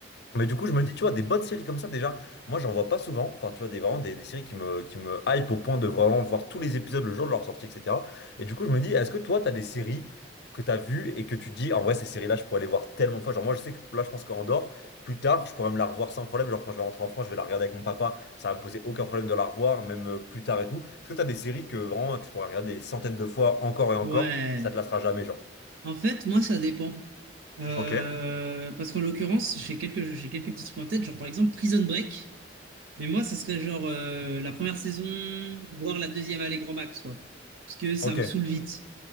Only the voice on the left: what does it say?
Mais du coup, je me dis, tu vois, des bonnes séries comme ça, déjà, moi, j'en vois pas souvent. Enfin, tu vois, des, vraiment des, des séries qui me, qui me hype au point de vraiment voir tous les épisodes le jour de leur sortie, etc. Et du coup, je me dis, est-ce que toi, t'as des séries que t'as vues et que tu te dis, en vrai, ces séries-là, je pourrais les voir tellement de fois. Genre, moi, je sais que là, je pense qu'en dehors, plus tard, je pourrais me la revoir sans problème. Genre, quand je vais rentrer en France, je vais la regarder avec mon papa. Ça va me poser aucun problème de la revoir, même euh, plus tard et tout. Est-ce que t'as des séries que vraiment, tu pourrais regarder des centaines de fois encore et encore,
ça te lassera jamais, genre?
Ok.
Ok,